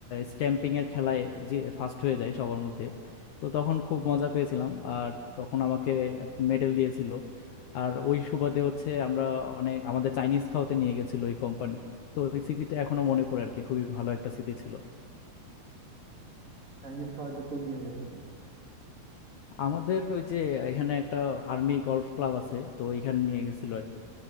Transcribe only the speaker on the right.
চাইনিজ খাওয়াতে কই নিয়ে গেছিল